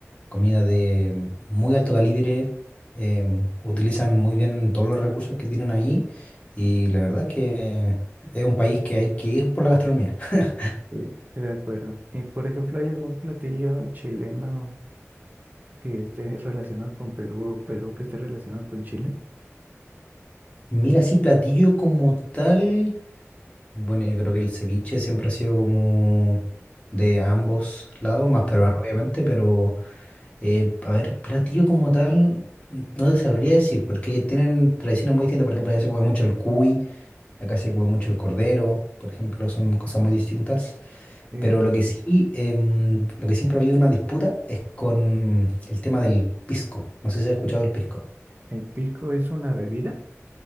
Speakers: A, on the left; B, on the right.
A: comida de muy alto calibre, em, utilizan muy bien todos los recursos que tienen ahí y la verdad es que es un país que hay que ir por la gastronomía. <laughs>
B: Sí. De acuerdo. Y por ejemplo, ¿hay algún platillo chileno que esté relacionado con Perú o Perú que esté relacionado con Chile?
A: Mira, sí, platillo como tal, bueno, yo creo que el ceviche siempre ha sido como de ambos lados, más peruano obviamente, pero... Eh, a ver, platillo como tal, no te sabría decir, porque tienen tradiciones muy distintas. Por ejemplo, allá se come mucho el cuy, acá se come mucho el cordero, por ejemplo, son cosas muy distintas.
B: Sí.
A: Pero lo que sí, em, lo que siempre ha habido una disputa es con el tema del pisco. No sé si has escuchado el pisco.
B: El pisco es una bebida.